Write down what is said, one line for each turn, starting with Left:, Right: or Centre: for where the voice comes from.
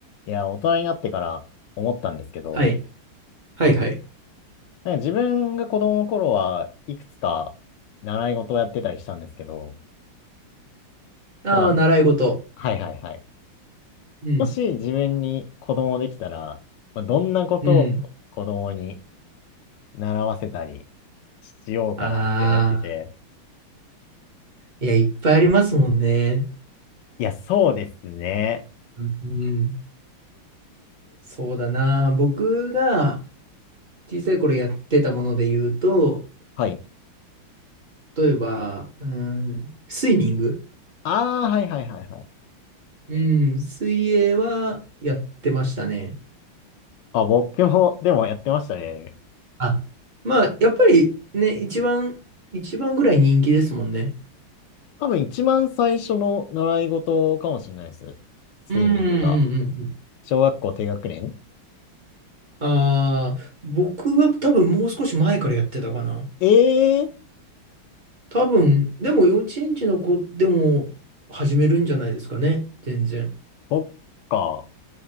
Left: いや、大人になってから思ったんですけど、
Right: はい。はいはい。
Left: なんか自分が子供の頃はいくつか習い事をやってたりしたんですけど、
Right: ああ、
Left: なんか、
Right: 習い事。
Left: はいはいはい。
Right: うん。
Left: もし自分に子供できたら、まあ、どんなことを子供に
Right: うん。
Left: 習わせたりしようかなって思ってて。
Right: ああ、いや、いっぱいありますもんね。
Left: いや、そうですね。
Right: うん。そうだな。僕が小さい頃やってたもので言うと、
Left: はい。
Right: 例えば、うん、スイミング。
Left: ああ、はいはいはいはい。
Right: うん、水泳はやってましたね。
Left: あ、僕も、でもやってましたね。
Right: あ、まあ、やっぱりね、一番、一番ぐらい人気ですもんね。
Left: 多分一番最初の習い事かもしれないです。スイミングが。
Right: うんうんうんうん。
Left: 小学校低学年
Right: ああ、僕は多分もう少し前からやってたかな。
Left: ええー
Right: 多分、でも幼稚園児の子でも始めるんじゃないですかね。全然。
Left: そっか。